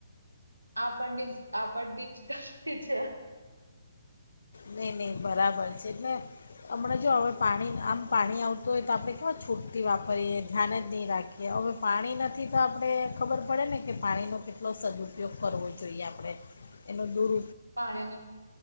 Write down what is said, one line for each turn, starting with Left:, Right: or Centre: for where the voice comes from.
Right: આપણની જ આપણની જ કષ્ટી છે. ‌
Left: નહીં <inaudible> છે એટલે હમણાં જો હવે.. પાણી.. આમ, પાણી આવતું હોય તો આપણે કેવા છૂટથી વાપરીએ ધ્યાન જ નહીં રાખીએ હવે, પાણી નથી તો આપણે ખબર પડે ને કે પાણીનો કેટલો સદ્ઉપયોગ કરવો જોઈએ? આપણે એનો દૂર...
Right: પાણીને..